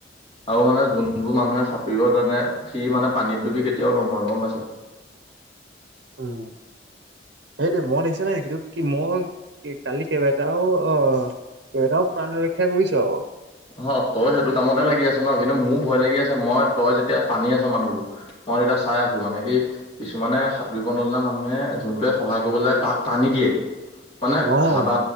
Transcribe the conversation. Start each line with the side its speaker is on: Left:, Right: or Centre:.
Left: আৰু মানে যোনবোৰ মানুহে সাঁতুৰিব জানে সি মানে পানীত ডুবি কেতিয়াও নমৰে গম পাইছো।
Right: উম, সেইটো মই দেখিচোনে নাই সেইটো কি মই কালি কেইবাটাও অ, কেইবাটাও প্ৰাণ ৰক্ষা কৰিছো আকৌ।
Left: অ তই সেইটো কামতে লাগি আছ ন কিন্তু মোৰ ভয় লাগি আছে মই তই যেতিয়া টানি আছ মানুহবোৰ মই এতিয়া চাই আছো মানে কি কিছুমানে সাঁতোৰিব নজনা মানুহে যোনটোৱে সহায় কৰিব লাগে তাক টানি দিয়ে মানে
Right: অ অ
Left: হাবা